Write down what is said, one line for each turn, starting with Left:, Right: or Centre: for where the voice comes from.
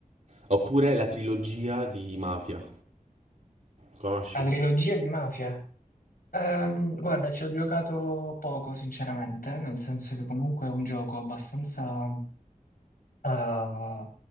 Right: Oppure la trilogia di Mafia. Conosci?
Left: La trilogia di Mafia? Ehm, guarda, ci ho giocato poco, sinceramente, nel senso che comunque è un gioco abbastanza Ah,